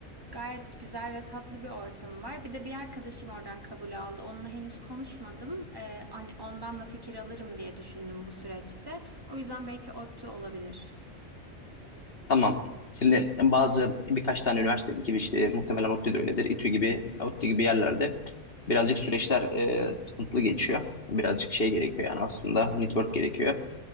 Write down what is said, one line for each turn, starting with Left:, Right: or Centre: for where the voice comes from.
Right: Gayet güzel ve tatlı bir ortamı var. Bir de bir arkadaşım oradan kabul aldı. Onunla henüz konuşmadım. Ee, hani ondan da fikir alırım diye düşündüm bu süreçte. O yüzden belki ODTÜ olabilir.
Left: Tamam. Şimdi bazı birkaç tane üniversitenin gibi işte muhtemelen ODTÜ de öyledir. İTÜ gibi, ODTÜ gibi yerlerde birazcık süreçler e, sıkıntılı geçiyor. Birazcık şey gerekiyor yani aslında network gerekiyor